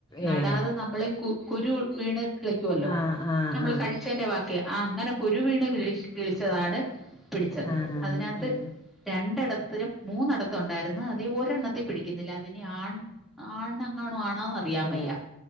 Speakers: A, in the centre; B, on the left (about 20°).
A: നടാതെ
B: ഏഹ്
A: നമ്മള് കു കുരു വീണ് കിളിക്കുവല്ലോ
B: ആഹ് ആഹ്
A: നമ്മള്
B: ആഹ്
A: കഴിച്ചേന്റെ ബാക്കി ആഹ് അങ്ങനെ കുരു വീണ് കിളിച്ചതാണ് പിടിച്ചത്
B: ആഹ് ആഹ്
A: അതിനകത്ത് രണ്ടിടത്തിലും മൂന്നിടത്ത്ണ്ടായിരുന്നു അത് ഒരെണ്ണത്തി പിടിക്കുന്നില്ല അതിനി ആൺ ആൺണെങ്ങാനും ആണോ അറിയാവെയ്യ
B: ഏഹ്